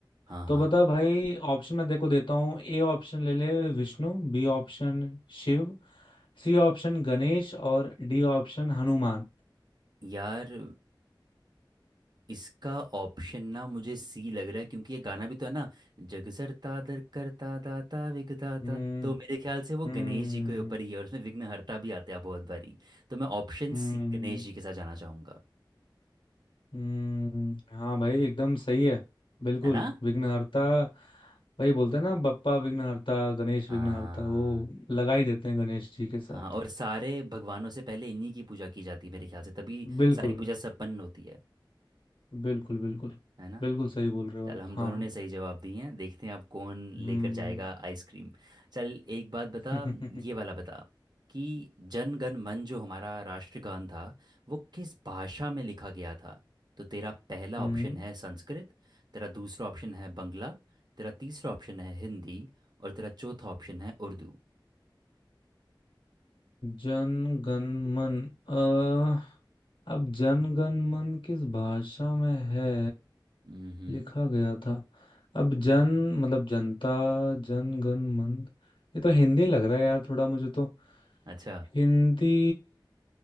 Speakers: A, on the right; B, on the left.
A: हाँ हाँ
B: तो बता भाई ऑप्शन में देखो देता हूँ ए ऑप्शन ले ले Vishnu B option Shiv C option Ganesh और डी ऑप्शन हनुमान
A: यार इसका ऑप्शन ना मुझे सी लग रहा है क्योंकि ये गाना भी तो है ना जग सरता दर करता दाता विघदाता
B: हम्म
A: तो मेरे ख्याल से वो
B: हम्म
A: गणेश जी के ऊपर ही है और उसमें विघ्नहर्ता भी आते हैं बहुत बारी तो मैं ऑप्शन
B: हम्म
A: सी गणेश जी के साथ जाना चाहूंगा
B: हम्म हाँ भाई एकदम सही है बिल्कुल
A: है ना
B: विघ्नहर्ता वही बोलते हैं ना बप्पा विघ्नहर्ता गणेश
A: हाँ
B: विघ्नहर्ता वो लगा ही देते हैं गणेश जी के साथ
A: हाँ और सारे भगवानों से पहले इन्हीं की पूजा की जाती है मेरे ख्याल से तभी
B: बिल्कुल
A: सारी पूजा संपन्न होती है
B: बिल्कुल बिल्कुल
A: है ना
B: बिल्कुल सही बोल रहे हो
A: चल
B: आप
A: हम
B: हाँ
A: दोनों ने सही जवाब दिए हैं देखते हैं अब कौन लेकर
B: हम्म
A: जाएगा आइसक्रीम चल एक बात बता
B: <laughs>
A: ये वाला बता कि जन गण मन जो हमारा राष्ट्रगान था वो किस भाषा में लिखा गया था तो तेरा पहला
B: हम्म
A: ऑप्शन है संस्कृत तेरा दूसरा ऑप्शन है बंगला तेरा तीसरा ऑप्शन है हिंदी और तेरा चौथा ऑप्शन है उर्दू
B: जन गण मन अ अब जन गण मन किस भाषा में है
A: हम्म
B: लिखा गया था अब जन मतलब जनता जन गण मन ये तो हिंदी लग रहा है यार थोड़ा मुझे तो
A: अच्छा
B: हिंदी